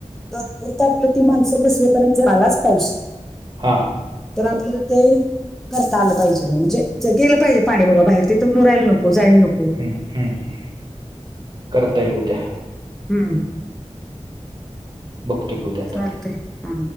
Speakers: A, in the centre; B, on the right (about 40°).
A: तात्पुरत आपलं ती माणसं बसावेपर्यंत झालाच पाऊस.
B: हा.
A: तर आपल्याला ते करता आलं पाहिजे. म्हणजे गेलं पाहिजे. पाणी बाबा बाहेर तिंथ वर यायला नको जायला नको.
B: हम्म हम्म करता येईल उद्या.
A: हम्म.
B: बघतो की उद्या, आता
A: चालते.
B: ते
A: हा